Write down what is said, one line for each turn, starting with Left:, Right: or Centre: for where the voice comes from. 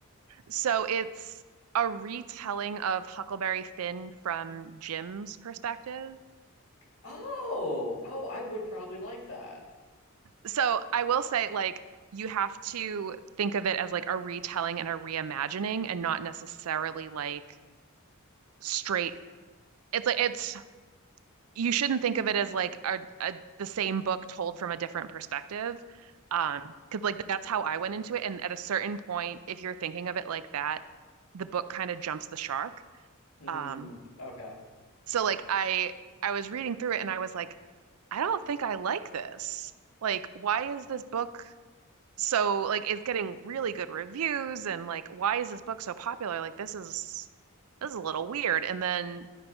Right: So it's a retelling of Huckleberry Finn from Jim's perspective.
Left: Oh, oh, I would probably like that.
Right: So I will say, like, you have to think of it as like a retelling and a reimagining and not necessarily like straight. It's like, it's, you shouldn't think of it as like a, a the same book told from a different perspective. Um, because like that's how I went into it. And at a certain point, if you're thinking of it like that, the book kind of jumps the shark.
Left: Hmm,
Right: Um,
Left: okay.
Right: so like I, I was reading through it and I was like, I don't think I like this. Like, why is this book? so like it's getting really good reviews and like why is this book so popular? Like this is this is a little weird. And then